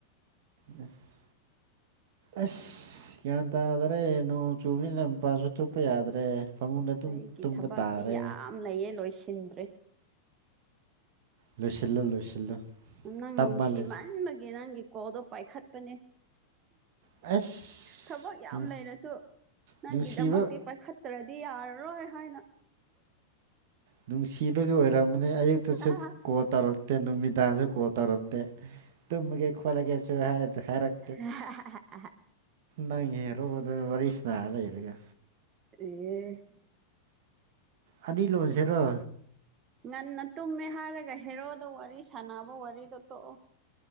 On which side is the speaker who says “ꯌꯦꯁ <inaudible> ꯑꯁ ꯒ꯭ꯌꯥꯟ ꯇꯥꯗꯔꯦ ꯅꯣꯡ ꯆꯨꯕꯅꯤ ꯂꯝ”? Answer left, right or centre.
Right